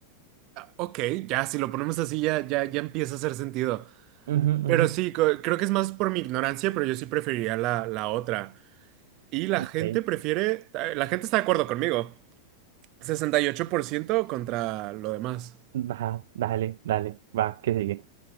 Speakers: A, on the right; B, on the right.
A: ok, ya, si lo ponemos así ya, ya, ya empieza a hacer sentido,
B: Ujú,
A: pero
B: ujú.
A: sí, co- creo que es más por mi ignorancia, pero yo sí preferiría la, la otra, y la
B: Ok.
A: gente prefiere, eh, la gente está de acuerdo conmigo, 68% contra lo demás.
B: Va, dale, dale, va, que sigue.